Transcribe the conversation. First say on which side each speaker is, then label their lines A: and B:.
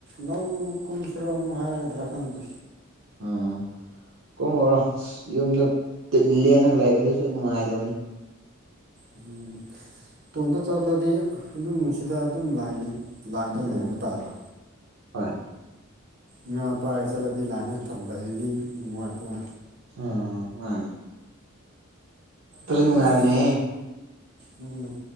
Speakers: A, on the right; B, on the right.
A: ꯂꯧ ꯀꯨꯝꯁꯤꯔꯥ ꯑꯃꯨꯛ ꯍꯥꯏꯔꯥꯒꯗ꯭ꯔꯥ ꯈꯪꯗꯦ
B: ꯎꯝ ꯀꯨꯝꯃꯨꯔꯣ ꯌꯨꯝꯗ ꯗꯤꯜꯂꯦꯅ ꯂꯩꯕꯗꯨꯁꯨ ꯅꯨꯡꯉꯥꯏꯗꯕꯅꯤ
A: ꯎꯝ ꯇꯣꯝꯇ ꯆꯠꯂꯗꯤ ꯑꯗꯨꯝꯅꯨꯡ ꯁꯤꯗ ꯑꯗꯨꯝ ꯂꯥꯏꯅ ꯂꯥꯏꯟꯗꯥ
B: ꯎꯝ
A: ꯂꯩꯕ ꯇꯥꯕ
B: ꯍꯣꯏ
A: ꯉꯥ ꯄꯥꯏꯔꯒꯥ ꯆꯠꯂꯗꯤ ꯂꯥꯏꯅ ꯊꯝꯂꯒꯥꯗꯤ ꯅꯨꯡꯉꯥꯏꯇꯦꯗꯥ
B: ꯑꯣ ꯃꯥꯅꯤ
A: ꯑꯗꯁ
B: ꯅꯨꯡꯉꯥꯏꯕꯅꯦꯍꯦ
A: ꯎꯝ